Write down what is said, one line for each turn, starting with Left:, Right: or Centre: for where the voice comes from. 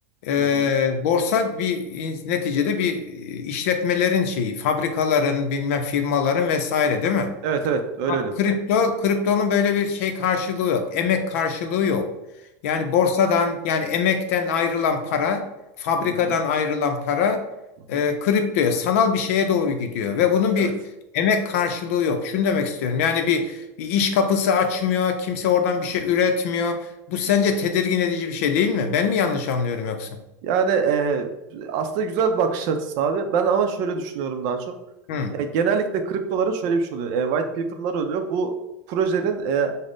Left: e,
Right: Hı hı.
Left: borsa bir in- neticede bir e, işletmelerin şeyi, fabrikaların, bilmem firmaların vesaire değil mi?
Right: Evet evet öyle
Left: Kripto,
Right: öyle.
Left: kriptonun böyle bir şey karşılığı yok. Emek karşılığı yok. Yani borsadan yani emekten ayrılan para, fabrikadan
Right: Hı hı.
Left: ayrılan para
Right: Hı hı.
Left: e, kriptoya, sanal bir şeye doğru gidiyor ve bunun
Right: Evet.
Left: bir emek karşılığı yok. Şunu demek istiyorum. Yani bir bir iş kapısı açmıyor, kimse oradan bir şey üretmiyor. Bu sence tedirgin edici bir şey değil mi? Ben mi yanlış anlıyorum yoksa?
Right: Yani e, aslında güzel bir bakış açısı abi. Ben ama şöyle düşünüyorum daha çok.
Left: Hı.
Right: Ya genellikle kriptoların şöyle bir şey oluyor. E, white paper'lar oluyor. Bu projenin e,